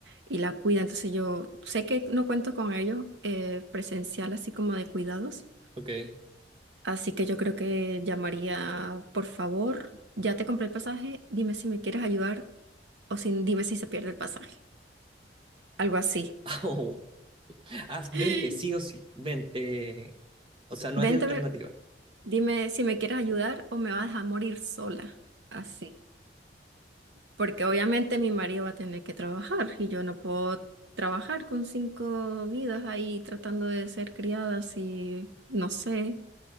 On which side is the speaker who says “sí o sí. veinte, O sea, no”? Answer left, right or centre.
Right